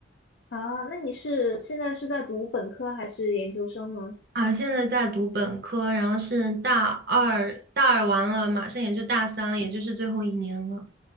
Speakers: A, on the left; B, on the right.
A: 啊，那你是现在是在读本科还是研究生呢？
B: 啊。现在在读本科，然后是大二，大二完了，马上也就大三了，也就是最后一年了。